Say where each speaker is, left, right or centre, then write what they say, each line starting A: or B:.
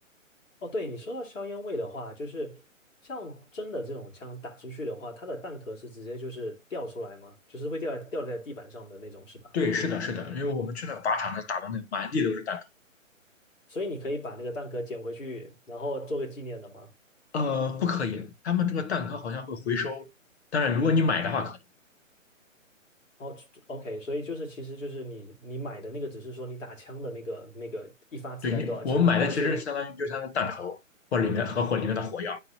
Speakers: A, on the left; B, on the left.
A: 哦，对，你说到硝烟味的话，就是像真的这种枪打出去的话，它的弹壳是直接就是掉出来吗？就是会掉在掉在地板上的那种，是吧？
B: 对，是的，是的，因为我们去那个靶场，那打的那满地都是弹，
A: 所以你可以把那个弹壳捡回去，然后做个纪念的吗？
B: 呃，不可以，他们这个弹壳好像会回收，当然如果你买的话可以。
A: 哦，OK，所以就是，其实就是你你买的那个，只是说你打枪的那个那个一发子弹多少钱，
B: 对你，我们买的其实相当于就相当于弹头或者里面和或里面的火药，
A: 但是